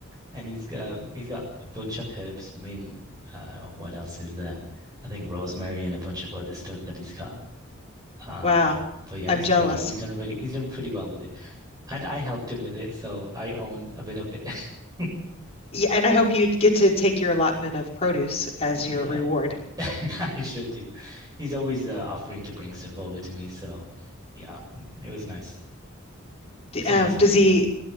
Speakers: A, on the right; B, on the left.
A: and he's um he's got a bunch of herbs. Mint. Uh, what else is there? I think rosemary and a bunch of other stuff that he's got. Um,
B: Wow,
A: but yeah,
B: I'm
A: it's
B: jealous.
A: pretty. He's done really he's done pretty well with it, and I helped him with it, so I own a bit of it. <laughs>
B: Yeah, and I hope you get to take your allotment of produce as
A: Yeah,
B: your reward.
A: <laughs> I should do. He's always uh, offering to bring stuff over to me, so yeah, it was nice. It's
B: Um,
A: a nice hobby
B: does he
A: as well.